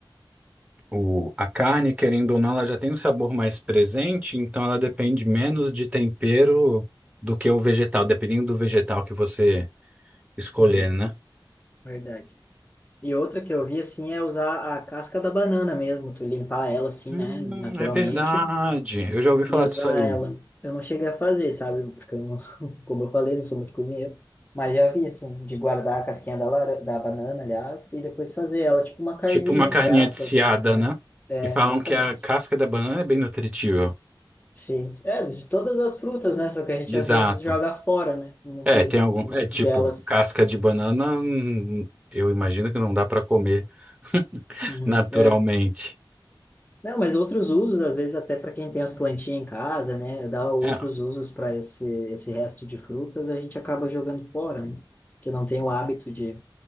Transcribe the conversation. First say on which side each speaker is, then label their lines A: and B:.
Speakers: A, on the right; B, on the left.
A: O, a carne, querendo ou não, ela já tem um sabor mais presente, então ela depende menos de tempero do que o vegetal, dependendo do vegetal que você escolher,
B: Uhum,
A: né?
B: verdade. E outra que eu vi assim é usar a casca da banana mesmo, tu limpar ela assim,
A: Hum,
B: né, naturalmente,
A: é verdade. Eu já ouvi falar
B: e usar
A: disso aí.
B: ela. Eu não cheguei a fazer, sabe? Porque eu não, <laughs> como eu falei, não sou muito cozinheiro, mas já vi assim, de guardar a casquinha da, lara- da banana, aliás, e depois fazer ela tipo uma carninha,
A: Tipo uma carninha
B: entre aspas,
A: desfiada,
B: né?
A: né?
B: É,
A: E falam
B: é, exatamente.
A: que a casca da banana é bem nutritiva.
B: Sim, é de todas as frutas, né? Só que a gente
A: Exato.
B: às vezes joga fora, né? Muitas
A: É, tem algum. É tipo,
B: delas.
A: casca de banana, hum, eu imagino que não dá pra comer <laughs>
B: Uhum.
A: naturalmente.
B: é. Não, mas outros usos, às vezes até para quem tem as plantinhas em casa, né, dá outros
A: É,
B: usos para esse, esse resto de frutas, a gente acaba jogando fora, né, que não tem o hábito de,